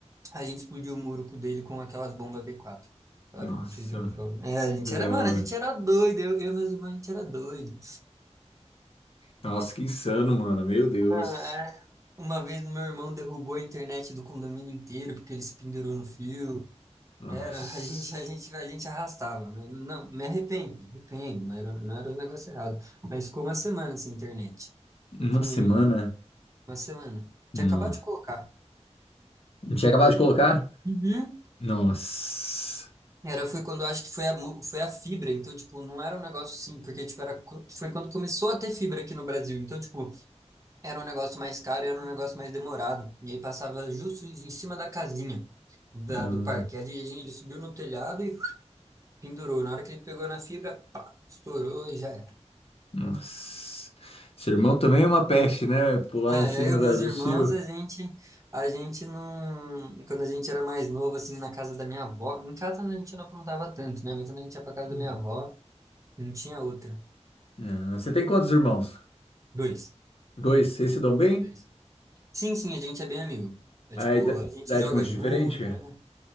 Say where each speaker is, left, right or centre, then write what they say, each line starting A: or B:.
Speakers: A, on the right; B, on the left.
A: a gente explodiu o muro com- dele com aquelas bombas b quatro. Sabe?
B: Nossa,
A: Não sei se eu falo. É, a gente
B: já-
A: era, mano, a gente era doido. Eu, eu e meus irmãos, a gente era doido.
B: nossa, que insano, mano. Meu Deus.
A: Mano, é. Uma vez o meu irmão derrubou a internet do condomínio inteiro porque ele se pendurou no fio.
B: Nossa.
A: Era, <laughs> a gente, a gente, a gente arrastava, mas não, me arrependo, me arrependo, não era, não era um negócio errado. Mas ficou uma semana sem internet. No
B: Uma
A: condomínio,
B: semana?
A: uma semana.
B: Não.
A: Tinha acabado de colocar.
B: Não tinha acabado de colocar?
A: Uhum.
B: Nossa.
A: Era, foi quando eu acho que foi a, mu- foi a fibra, então, tipo, não era um negócio assim, porque, tipo, era, co- foi quando começou a ter fibra aqui no Brasil. Então, tipo, era um negócio mais caro e era um negócio mais demorado. E aí passava justo em cima da casinha da,
B: Hum,
A: do parque. Aí a gente- ele subiu no telhado e pendurou. Na hora que ele pegou na fibra, pá, estourou e já era.
B: Nossa. Seu irmão também é uma peste, né? Pular
A: Ah,
B: em cima
A: eu e meus
B: da- do
A: irmãos,
B: cio.
A: a gente, a gente não, quando a gente era mais novo, assim, na casa da minha avó, em casa a gente não aprontava tanto, né? Mas quando a gente ia pra casa
B: Hum.
A: da minha avó, não tinha outra.
B: Ah, Você tem quantos irmãos?
A: Dois,
B: Dois. Vocês se dão bem?
A: dois. Sim, sim, a gente é bem amigo. É
B: A
A: tipo,
B: ida-
A: a gente
B: idade
A: joga
B: muito
A: junto,
B: diferente?
A: né?